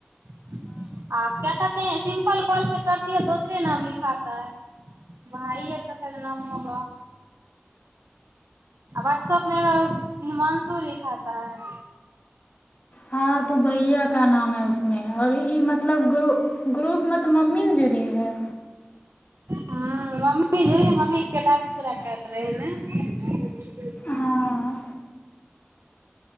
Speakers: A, on the right; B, on the left.
A: आ क कहतेै सिम्पल कॉल से कर ै दोसरे नाम लिखातता है भाइ आर का शायद नाम होगा वाट्सप मे हिमानंशु लिखता है
B: हँ तो भैया का नाम है उसमे आओर ई मतलब ग्रु ग्रुप मत तब मम्मी ने जुड़ी है
A: हँ मम्मी ज मम्मीट पूरा कर रहे है ने
B: हाँ